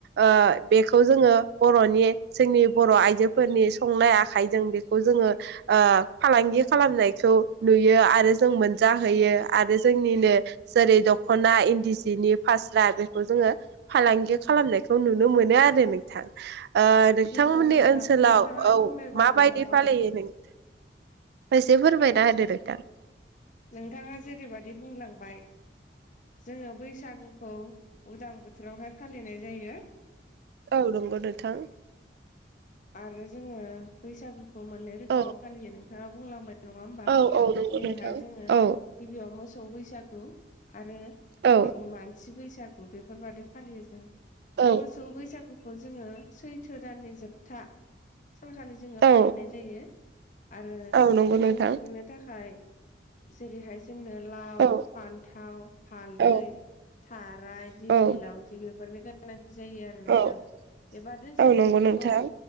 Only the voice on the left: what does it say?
नंगौ नोंथां
नोंथाङा
बुंनाय बादिनो
औ
नोंथाङा जेरैबायदि बुंलांबाय जोङो बैसागु खौ उदां बोथोरावहाय फालिनाय जायो।
आरो जोङो बैसागुखौ मोननै रोखोमाव
फालियो नोंथाङा बुंलांबाय नङा होमबा
जेरैहाय
जोङो
गिबियाव मो मोसौ बैसागु आरो
नै मानसि बैसागु बेफोरबादि फालियो जों
मोसौ बैसागुखौ जोङो सैथो दाननि जोबथा सानखालि जोङो
फालिनाय जायो आरो
मोसौ
थुखैनो थाखाय जेरैहाय जोंनो लाव
फान्थाव हालदै
थाराय दिग्लि
लावथि बे बेफोरनि गोनांथि जायो आरो
नोंथां एबा जों
बेफोरखौ